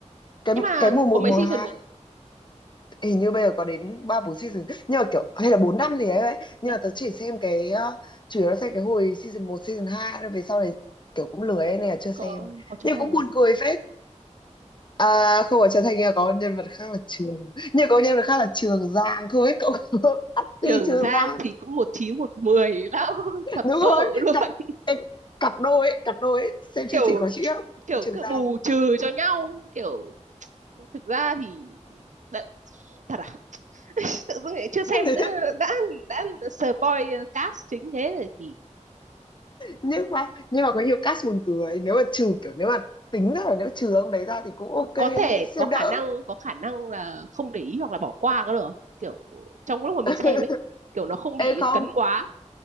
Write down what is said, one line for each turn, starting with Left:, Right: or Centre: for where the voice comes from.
Left: cái
Right: nhưng mà
Left: cái mùa một
Right: có mấy
Left: mùa
Right: season
Left: hai
Right: rồi
Left: hình như bây giờ có đến 3 4 season nhưng mà kiểu
Right: Ủa,
Left: hay là 4 năm gì đấy. ấy. Nhưng
Right: nhá,
Left: mà tớ chỉ xem cái ờ, chủ yếu là xem cái hồi season một season hai rồi về sau này kiểu cũng lười ấy, nên là chưa xem.
Right: có có Trấn
Left: Nhưng
Right: Thành
Left: cũng
Right: không
Left: buồn cười phết. À, không phải Trần Thành nhưng mà có nhân vật khác là Trường nhưng có nhân vật khác là Trường Giang không biết cậu có <laughs> Ati
Right: Trường
Left: Trường
Right: Giang
Left: Giang
Right: thì cũng một chín một mười lắm <laughs> thật
Left: đúng
Right: sự
Left: rồi
Right: luôn
Left: cặp cặp đôi ấy, cặp đôi ấy. xem
Right: kiểu
Left: chương trình khó chịu lắm
Right: kiểu
Left: Trường
Right: cứ
Left: Giang
Right: bù trừ cho nhau kiểu thực ra thì đã, thật à tự dưng lại chưa xem
Left: <laughs>
Right: đã đã, đã spoil cast chính thế rồi thì
Left: nhưng mà nhưng mà có nhiều cast buồn cười nếu mà trừ kiểu nếu mà tính ra là nếu trừ ông đấy ra thì cũng ok
Right: có thể
Left: xem
Right: có khả
Left: đỡ
Right: năng có khả năng là không để ý hoặc là bỏ qua có được không? kiểu trong lúc mà mình
Left: <laughs>
Right: xem ấy kiểu nó không bị
Left: ê không
Right: cấn quá